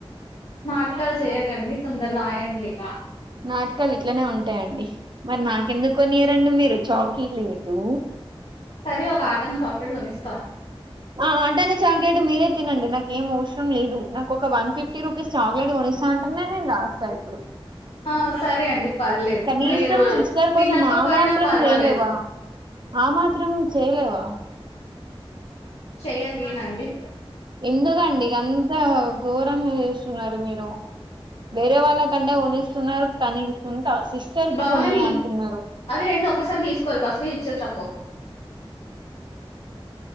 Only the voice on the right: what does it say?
నాటకాలు ఇట్లనే ఉంటాయండి మరి నాకెందుకు కొనియరండి మీరు చాకీ లేటు
ఆ ఆటన చాక్లెట్ మీరే తినండి నాక ఏం అవసరం లేదు నాకు ఒక one fifty fifty rupees chocolate కొనిస్తా అంటేనే నేను రాస్తా ఇప్పుడు
కనీసం
సిస్టర్
కోసం ఆ మాత్రం
చేయలేవా ఆ మాత్రం చెయలేవా
ఎందుకండి గంత ఘోరంగా చేస్తున్నారు మీరు వేరే వాళ్ళ కంటే కొనిస్తున్నారు కానీ సొంత సిస్టర్ కి
కొనియా అంటున్నారు